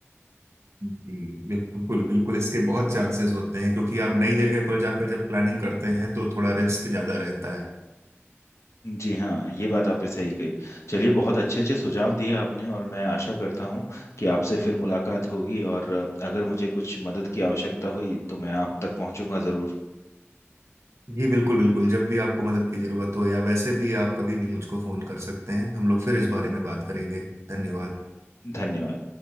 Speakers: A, on the right; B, on the left.
A: जी बिल्कुल बिल्कुल इसके बहुत चांसेस होते हैं क्योंकि आप नई जगह पर जाकर जब प्लानिंग करते हैं तो थोड़ा रिस्क ज्यादा रहता
B: जी हाँ ये बात आपने सही कही चलिए बहुत अच्छे अच्छे सुझाव दिए आपने और मैं आशा करता हूँ कि आपसे फिर मुलाकात होगी और अ, अगर मुझे कुछ मदद की आवश्यकता हुई तो मैं आप तक पहुँचूंगा ज़रूर
A: जी बिल्कुल बिल्कुल जब भी आपको मदद की जरूरत हो या वैसे भी आप कभी भी मुझको फोन कर सकते हैं हम लोग फिर इस बारे में बात करेंगे धन्यवाद
B: धन्यवाद